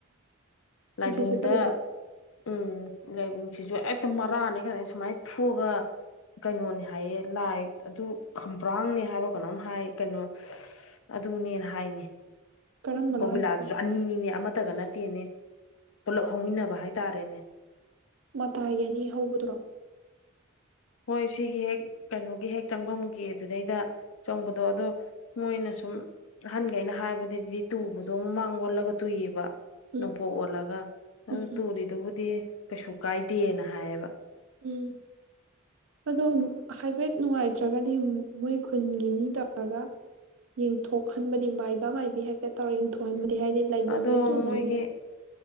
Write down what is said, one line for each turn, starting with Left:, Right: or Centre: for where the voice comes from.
Left: ꯂꯥꯏꯕꯨꯡꯗ
Right: ꯎꯆꯦ ꯆꯠꯄꯗꯨꯗ
Left: ꯎꯝ ꯂꯥꯏꯕꯨꯡꯁꯤꯁꯨ ꯍꯦꯛꯇ ꯃꯔꯥꯅꯤ ꯀꯩꯅꯣ ꯁꯨꯃꯥꯏꯅ ꯐꯨꯛꯑꯒ ꯀꯩꯅꯣꯅꯤ ꯍꯥꯏꯌꯦ ꯂꯥꯏꯠ ꯑꯗꯨ ꯈꯝꯕ꯭ꯔꯥꯡꯅꯦ ꯍꯥꯏꯕ꯭ꯔ ꯀꯅꯣꯝ ꯍꯥꯏ ꯀꯩꯅꯣ ꯑꯗꯨꯅꯦꯅ ꯍꯥꯏꯅꯦ
Right: ꯀꯔꯝꯕꯅꯣ
Left: ꯀꯧꯕꯨꯂꯥꯗꯨꯁꯨ
Right: ꯍꯥꯏꯁꯦ
Left: ꯑꯅꯤꯅꯤꯅꯦ ꯑꯃꯇꯒ ꯅꯠꯇ ꯅꯠꯇꯦꯅꯦ ꯄꯨꯂꯞ ꯍꯧꯃꯤꯟꯅꯕ ꯍꯥꯏꯇꯥꯔꯦꯅꯦ
Right: ꯃꯇꯥꯏꯒꯤ ꯑꯅꯤ ꯍꯧꯕꯗꯨꯔꯣ
Left: ꯍꯣꯏ ꯁꯤꯒꯤ ꯍꯦꯛ ꯀꯩꯅꯣꯒꯤ ꯍꯦꯛ ꯆꯪꯕꯝꯒꯤ ꯑꯗꯨꯗꯩꯗ ꯆꯪꯕꯗꯣ ꯑꯗꯣ ꯃꯣꯏꯅ ꯁꯨꯝ ꯑꯍꯟꯒꯩꯅ ꯍꯥꯏꯕꯗꯗꯤ ꯇꯨꯕꯗꯣ ꯃꯃꯥꯡ ꯑꯣꯜꯂꯒ ꯇꯨꯏꯌꯦꯕ
Right: ꯎꯝ
Left: ꯅꯣꯡꯄꯣꯛ ꯑꯣꯜꯂꯒ ꯑꯗꯨ
Right: ꯎꯝ
Left: ꯇꯨꯔꯤꯗꯨꯕꯨꯗꯤ ꯀꯩꯁꯨ ꯀꯥꯏꯗꯦꯅ ꯍꯥꯏꯌꯦꯕ
Right: ꯎꯝ ꯑꯗꯣ ꯃꯨꯛ ꯍꯥꯏꯐꯦꯠ ꯅꯨꯡꯉꯥꯏꯇ꯭ꯔꯒꯗꯤ ꯃꯨ ꯃꯣꯏ ꯈꯨꯟꯒꯤ ꯃꯤ ꯇꯧꯔꯒ ꯌꯦꯡꯊꯣꯛꯍꯟꯕꯗꯤ ꯃꯥꯏꯕ ꯃꯥꯏꯕꯤ ꯍꯥꯏꯐꯦꯠ ꯇꯧꯔꯒ ꯌꯦꯡꯊꯣꯛꯍꯟꯕ ꯗꯤ ꯍꯥꯏꯗꯤ ꯂꯥꯏꯕꯨꯡꯗ
Left: ꯑꯗꯣ
Right: ꯇꯨꯕꯅꯤꯅ
Left: ꯃꯣꯏꯒꯤ